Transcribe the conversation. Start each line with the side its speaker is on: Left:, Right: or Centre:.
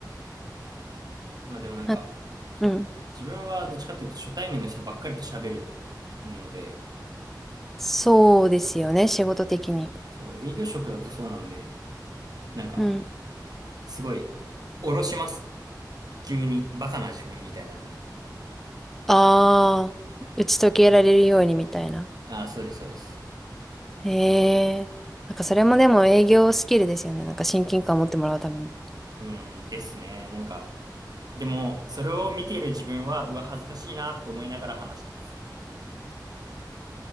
Right: まあでもなんか、
Centre: は
Right: そう、
Centre: うん。
Right: 自分はどっちかっていうと初対面の人ばっかりと喋るので、
Centre: そうですよね、仕事的に。
Right: そう、営業職だとそうなんで、なんか、
Centre: うん。
Right: すごい、おろします。急に、バカな自分みたいなの。
Centre: ああ、打ち解けられるようにみたいな。
Right: ああ、そうです、そうです。
Centre: へえ。なんかそれもでも営業スキルですよね。なんか親近感持ってもらうために。
Right: うん、ですね。なんか、でも、それを見ている自分は、うわ、恥ずかしいなって思いながら話してます。